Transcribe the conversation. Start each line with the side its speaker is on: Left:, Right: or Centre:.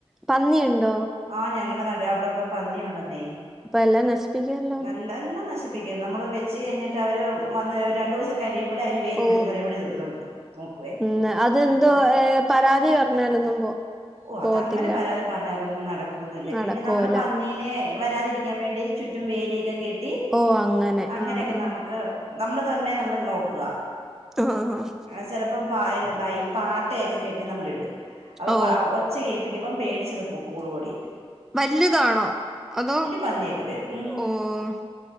Centre: പന്നിയുണ്ടോ?
Right: ആഹ് ഞങ്ങടെ നട അവിടെൊക്കെ പന്നിയുണ്ടെന്നേ.
Centre: അപ്പ എല്ലാം നശിപ്പിക്കാല്ലോ.
Right: നല്ല എല്ലാം നശിപ്പിക്കും നമ്മള് വെച്ച് കഴിഞ്ഞിട്ട് അവര് വന്ന് ഒര് രണ്ട ദസ. സം കഴിയുമ്പോ അതിനെ വേര്
Centre: ഓ
Right: പിടിച്ചു പറയുമ്പോഴർ വ നോക്കേ
Centre: ഉം അതെന്തോ
Right: അതുപോലെ.
Centre: ഏഹ് പരാതി പറഞ്ഞാലൊന്നും പോ
Right: ഓഹ്
Centre: പോവത്തില്ല
Right: അതങ്ങനെ പരാതി പറഞ്ഞാലൊന്നും നടക്കല്ലേ
Centre: നടക്കൂല
Right: പിന്നെ നമ്മള് പന്നി ഇങ്ങനെ വരാതിരിക്കാൻ വേണ്ടി ചുറ്റും വേലിയോക്കെ കെട്ടി.
Centre: ഓഹ് അങ്ങനെ.
Right: അങ്ങനെയൊക്കെ
Centre: ആഹ് ആഹ്
Right: നമുക്ക് നമ്മൾ തന്നെ നമ്മൾ നോക്കുക.
Centre: <unintelligible>
Right: ചെലപ്പോം പായല് <unintelligible> ഈ പാട്ടയൊക്കെ കെട്ടി നമ്മളിടും അപ്പൊ
Centre: ഓ
Right: പാ <unintelligible> ചെയ്യിപ്പിക്കുമ്പം പേടിച്ചത് പൊക്കൂളുവെടി
Centre: വല്ല്യതാണോ അതോ
Right: പന്നിയൊക്കെ വരും ഉം
Centre: ഓഹ്